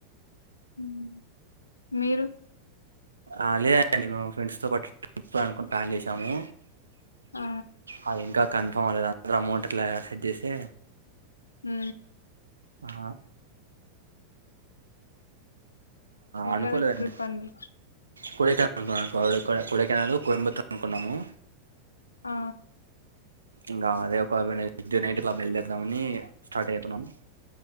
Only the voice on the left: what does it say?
మ్మ్. మీరు
ఆ
హ
ఎక్కడ
ట్రిప్ అండి
ఆ